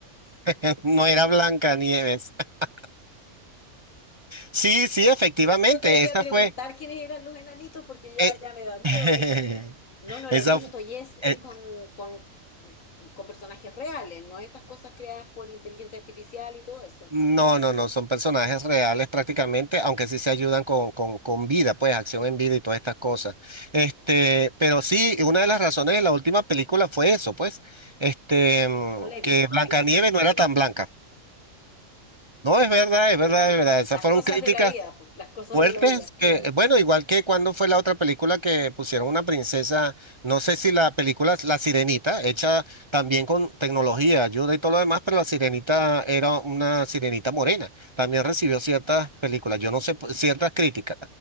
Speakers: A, on the right; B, on the left.
A: <laughs> No era Blancanieves. <laughs> Sí, sí, efectivamente,
B: No te voy
A: esa
B: a preguntar
A: fue.
B: quiénes eran los enanitos porque ya,
A: eh,
B: ya me da miedo,
A: <laughs>
B: pero no, no
A: esa.
B: la he visto
A: fu-
B: y es,
A: eh,
B: es con, con, con personajes reales, no estas cosas creadas por inteligencia artificial y todo eso.
A: no, no, no, son personajes reales prácticamente, aunque sí se ayudan con, con, con vida, pues acción en vida y todas estas cosas. Este, pero sí, una de las razones de la última película fue eso, pues, este, mm,
B: No la he
A: que
B: visto,
A: Blancanieves
B: fíjate.
A: no era tan blanca. No, es verdad, es verdad, es verdad. Esas
B: Las
A: fueron
B: cosas
A: críticas.
B: de la vida, pues, las cosas
A: Fuertes
B: de la vida,
A: que, eh, bueno, igual que cuando fue la otra película que pusieron una princesa, no sé si la película es La Sirenita, hecha también con tecnología, ayuda y todo lo demás, pero La Sirenita era una sirenita morena. También recibió ciertas películas, yo no sé, p- ciertas críticas.